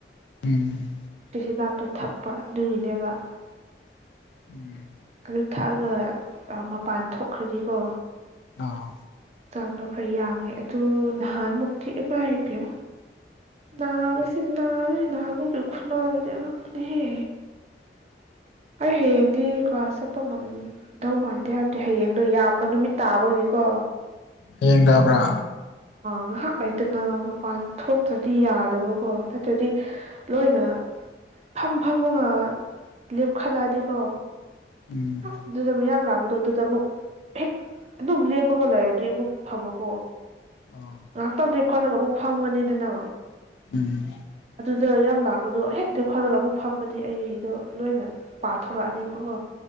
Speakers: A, on the left; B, on the right.
A: ꯎꯝ
B: ꯅꯨꯡꯇꯤ ꯍꯤꯗꯥꯛꯇꯣ ꯊꯛꯄ ꯑꯗꯨꯒꯤꯅꯦꯕ
A: ꯎꯝ
B: ꯑꯗꯨ ꯊꯛꯑꯒ ꯃꯄꯥꯟ ꯊꯣꯛꯈ꯭ꯔꯗꯤꯀꯣ
A: ꯑꯥ
B: ꯍꯛꯆꯥꯡꯗꯣ ꯈꯔ ꯌꯥꯡꯉꯦ ꯑꯗꯨ ꯅꯍꯥꯟꯃꯨꯛꯇꯤ ꯑꯦꯝ ꯑꯥꯏ ꯑꯥꯏ ꯄꯤꯌꯣ ꯅꯥꯂ ꯅꯥ ꯅꯃꯒ ꯈꯨꯅ ꯅꯗꯔꯅꯦꯍꯦ ꯑꯩ ꯍꯌꯦꯡꯗꯤ ꯀ꯭ꯂꯥꯁ ꯆꯠꯄ ꯉꯝꯗꯧ ꯃꯥꯟꯗꯦ ꯍꯥꯏꯕꯗꯤ ꯍꯌꯦꯡꯗꯣ ꯌꯥꯝꯕ ꯅꯨꯃꯤꯠ ꯇꯥꯕꯒꯤꯀꯣ
A: ꯍꯌꯦꯡ ꯇꯥꯕ꯭ꯔꯥ
B: ꯉꯥꯏꯍꯥꯛ ꯂꯩꯇꯅ ꯃꯄꯥꯟ ꯊꯣꯛꯇ꯭ꯔꯗꯤ ꯌꯥꯗꯕꯀꯣ ꯅꯠꯇ꯭ꯔꯗꯤ ꯂꯣꯏꯅ ꯐꯝ ꯐꯝꯃꯒ ꯂꯦꯞꯈꯠꯂꯛꯑꯗꯤꯀꯣ
A: ꯎꯝ
B: ꯑꯗꯨꯗ ꯃꯌꯥꯝ ꯂꯥꯛꯄ ꯐꯗꯣ ꯑꯗꯨꯗ ꯑꯃꯨꯛ ꯍꯦꯛ ꯑꯗꯨꯝ ꯂꯦꯞꯄꯒ ꯂꯩꯔꯗꯤ ꯑꯃꯨꯛ ꯐꯕꯀꯣ
A: ꯑꯥꯎ
B: ꯑ ꯇ ꯈꯠꯂꯒ ꯑꯃꯨꯛ ꯐꯝꯒꯅꯤꯗꯅ
A: ꯎꯝ
B: ꯑꯗ ꯌꯥꯝ ꯂꯥꯛꯄꯗꯣ ꯍꯦꯛ ꯅꯦꯛ ꯈꯠꯂꯒ ꯑꯃꯨꯛ ꯐꯝꯃꯗꯤ ꯑꯩꯒꯤꯗꯣ ꯂꯣꯏꯅ ꯄꯥꯊꯣꯔꯛꯑꯅꯤꯕꯀꯣ